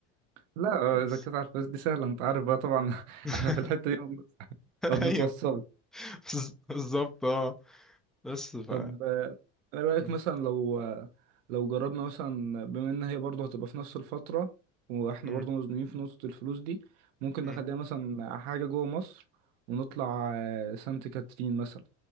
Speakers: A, on the right (about 80°); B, in the centre.
A: لا
B: بس
A: اذا كنت عارف بس دي سهلة انت عارف بقى طبعا <laughs>
B: <laughs>
A: احنا في الحتة دي ما بنتوصلش
B: ايوه بز- بالظبط اه بس ف
A: طب آه، انا رايك
B: مم.
A: مثلا لو آه، لو جربنا مثلا بما ان هي برضه هتبقى في نفس الفتره واحنا
B: مم.
A: برضه مزنوقين في نقطه الفلوس دي ممكن
B: مم.
A: نخليها مثلا حاجه جوه مصر ونطلع آه، سانت كاترين مثلا